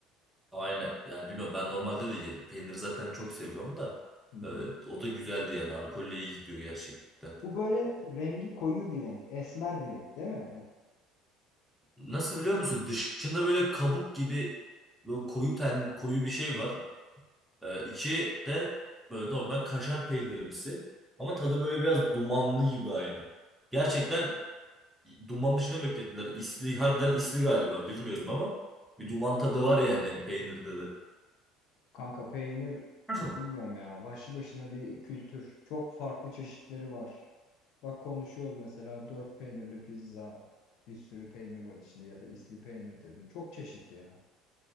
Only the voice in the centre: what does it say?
Aynen. Yani bilmiyorum ben normalde de yerim. Peyniri zaten çok seviyorum da.
e, o da güzeldi yani. Alkolle iyi gidiyor gerçekten.
Nasıl biliyor musun? Dışında böyle kabuk gibi böyle koyu ten koyu bir şey var. Ee, içi de böyle normal kaşar peynirimsi. Ama tadı böyle biraz dumanlı gibi aynı. Gerçekten
duman dışında beklettiler. İsli, harbiden isli galiba bilmiyorum ama bir duman tadı var yani peynirde de.
<clears throat>